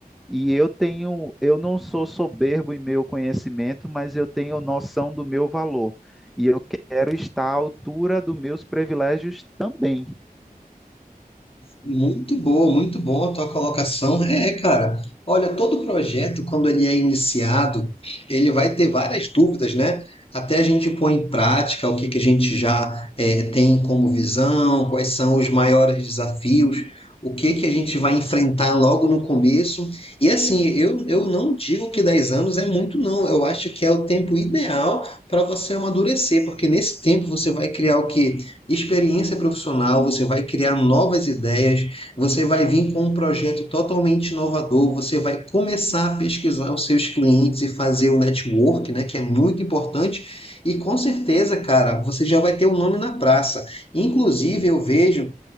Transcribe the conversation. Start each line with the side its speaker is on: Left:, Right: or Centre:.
Centre: E eu tenho, eu não sou soberbo em meu conhecimento, mas eu tenho noção do meu valor. E eu quero estar à altura dos meus privilégios também.
Left: Muito boa, muito boa a tua colocação. É, cara. Olha, todo projeto, quando ele é iniciado, ele vai ter várias dúvidas, né? Até a gente pôr em prática o que que a gente já eh, tem como visão, quais são os maiores desafios, o que que a gente vai enfrentar logo no começo. E assim, eu, eu não digo que 10 anos é muito, não. Eu acho que é o tempo ideal para você amadurecer, porque nesse tempo você vai criar o quê? experiência profissional, você vai criar novas ideias, você vai vir com um projeto totalmente inovador, você vai começar a pesquisar os seus clientes e fazer o network, né, que é muito importante. E com certeza, cara, você já vai ter o um nome na praça. Inclusive, eu vejo